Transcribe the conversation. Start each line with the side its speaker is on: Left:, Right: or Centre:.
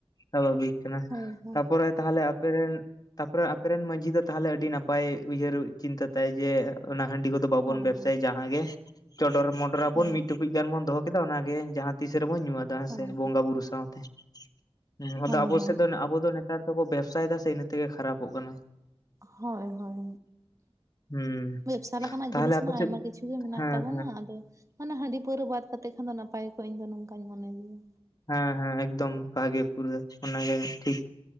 Left: ᱥᱟᱵᱷᱟᱵᱤᱠ ᱠᱟᱱᱟ
Right: ᱦᱳᱭ ᱦᱳᱭ
Left: ᱛᱟᱯᱚᱨᱮ ᱛᱟᱦᱚᱞᱮ ᱟᱯᱮ ᱨᱮᱱ ᱛᱟᱯᱚᱨᱮ ᱟᱯᱮᱨᱮᱱ ᱢᱟᱹᱡᱷᱤ ᱫᱚ ᱛᱟᱦᱚᱞᱮ ᱟᱹᱰᱤ ᱱᱟᱯᱟᱭ ᱩᱭᱦᱟᱹᱨ ᱪᱤᱱᱛᱟᱹ ᱛᱟᱭ ᱡᱮ ᱚᱱᱟ ᱦᱟᱸᱰᱤ ᱠᱚᱫᱚ ᱵᱟᱵᱚᱱ
Right: ᱦᱳᱭ
Left: ᱵᱮᱵᱥᱟᱭᱟ
Right: ᱦᱳᱭ
Left: ᱡᱟᱦᱟᱸ ᱜᱮ ᱪᱚᱰᱚᱨ ᱢᱚᱰᱚᱨ ᱟᱵᱚᱱ
Right: ᱦᱳᱭ
Left: ᱢᱤᱫᱴᱩ ᱠᱩᱡ ᱜᱟᱱ ᱵᱚᱱ ᱫᱚᱦᱚ ᱠᱮᱫᱟ ᱚᱱᱟᱜᱮ ᱡᱟᱦᱟᱸ ᱛᱤᱥ ᱨᱮᱵᱚᱱ ᱧᱩᱣᱟᱫᱟ ᱦᱮᱸᱥᱮ
Right: ᱦᱳᱭ
Left: ᱵᱚᱸᱜᱟ
Right: ᱦᱳᱭ
Left: ᱵᱩᱨᱩ ᱥᱟᱶᱛᱮ ᱦᱮᱸ
Right: ᱦᱳᱭ
Left: ᱟᱫᱚ ᱟᱵᱚ
Right: ᱦᱳᱭ
Left: ᱥᱮᱫ ᱫᱚ ᱟᱵᱚ ᱫᱚ ᱱᱮᱛᱟᱨ ᱫᱚᱠᱚ ᱵᱮᱵᱥᱟᱭᱫᱟ ᱥᱮ ᱤᱱᱟᱹ ᱛᱮᱜᱮ ᱠᱷᱟᱨᱟᱯᱚᱜ ᱠᱟᱱᱟ
Right: ᱦᱳᱭ ᱦᱳᱭ
Left: ᱦᱩᱸ
Right: ᱵᱮᱵᱽᱥᱟ ᱞᱮᱠᱟᱱᱟᱜ
Left: ᱛᱟᱦᱚᱞᱮ
Right: ᱡᱤᱱᱤᱥ
Left: ᱟᱯᱮ
Right: ᱢᱟ ᱟᱭᱢᱟ
Left: ᱥᱮᱫ
Right: ᱠᱤᱪᱷᱩ ᱜᱮ ᱢᱮᱱᱟᱜ
Left: ᱦᱮᱸ
Right: ᱛᱟᱵᱚᱱᱟ ᱟᱫᱚ ᱢᱟᱱᱮ ᱦᱟᱺᱰᱤ ᱯᱟᱹᱣᱨᱟᱹ ᱵᱟᱫᱽ ᱠᱟᱛᱮ ᱠᱷᱟᱱ ᱫᱚ ᱱᱟᱯᱟᱭ ᱠᱚᱜ ᱤᱧ ᱫᱚᱧ ᱱᱚᱝᱠᱟᱧ ᱢᱚᱱᱮ ᱜᱮᱭᱟ
Left: ᱦᱮᱸ ᱦᱮᱸ ᱮᱠᱫᱚᱢ ᱵᱷᱟᱜᱮ ᱯᱩᱨᱟᱹ ᱚᱱᱟᱜᱮ ᱴᱷᱤᱠ